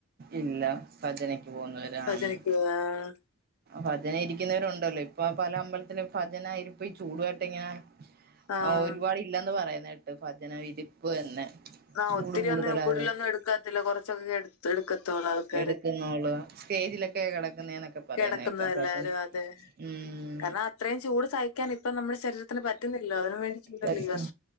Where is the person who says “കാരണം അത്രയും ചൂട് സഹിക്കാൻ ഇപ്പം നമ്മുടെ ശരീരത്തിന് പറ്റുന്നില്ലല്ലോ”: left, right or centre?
Left